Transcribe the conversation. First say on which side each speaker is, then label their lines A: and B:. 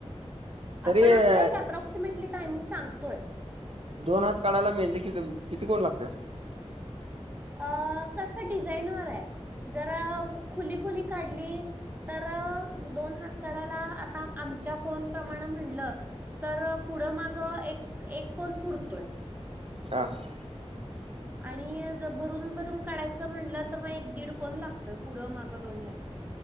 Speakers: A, on the right; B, on the right.
A: तरी
B: आपण
A: अ,
B: आपला एक अप्रॉक्सिमेटली टायमिंग सांगतोय.
A: दोन हात काढायला मेहंदी,, कि, किती कोण लागत्यात?
B: अऽ कस डिझाईन वर आहे,, जरा खुली, खुली काढलीऽ तर,, दोन हात काढायला,, आता आमच्या कोण प्रमाणे म्हटलंऽ तरऽ पुढं माग,, एक,, एक कोण पुरतोय.
A: हां, हां,
B: आणि ऽजर भरून, भरून काढायचं म्हणलं,, तर मग एक, दीड कोण लागतोय. पुढं मागं दोन हातऽ